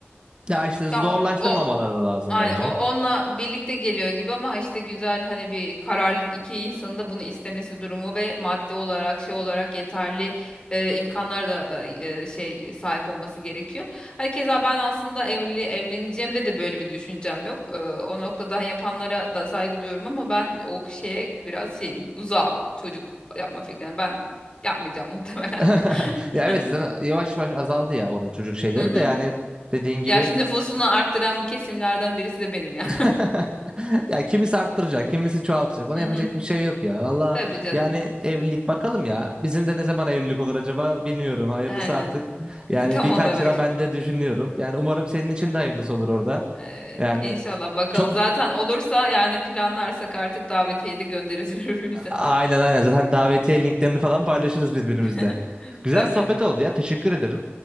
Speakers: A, on the right; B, on the left.
A: ya işte zorlaştırmamaları
B: Ya o, o
A: lazım
B: aynen,
A: bence.
B: o onunla birlikte geliyor gibi ama işte güzel hani bir kararlılık iki insanın da bunu istemesi durumu ve maddi olarak şey olarak yeterli e, imkanlara da e, e, şey sahip olması gerekiyor. Hani keza ben aslında evli evleneceğimde de böyle bir düşüncem yok. E, o noktadan yapanlara da saygı duyuyorum ama ben o şeye biraz şeyim uzağım çocuk yapma fikrine. Ben yapmayacağım muhtemelen.
A: <laughs>
B: <laughs>
A: Ya evet zaten yavaş yavaş azaldı ya orada çocuk şeyleri
B: Mhm.
A: de yani dediğin gibi
B: Yaşlı nüfusunu arttıran bir kesimlerden birisi de benim ya.
A: <laughs> Ya kimisi arttıracak, kimisi çoğaltacak. Ona
B: <laughs> Hı
A: yapacak
B: hı.
A: bir şey yok ya. Valla
B: Tabii canım.
A: yani evlilik bakalım ya. Bizim de ne zaman evlilik olur acaba bilmiyorum. Hayırlısı
B: Aynen.
A: artık. Yani
B: <laughs> Tam
A: birkaç
B: olarak.
A: yıla ben de düşünüyorum. Yani umarım senin için de hayırlısı olur orada.
B: Evet,
A: Yani
B: inşallah bakalım.
A: çok
B: Zaten olursa yani planlarsak artık davetiyeyi de göndeririz <laughs> birbirimize.
A: aynen aynen zaten davetiye linklerini falan paylaşırız birbirimizle.
B: <laughs>
A: Güzel
B: Tabii.
A: sohbet oldu ya. Teşekkür ederim.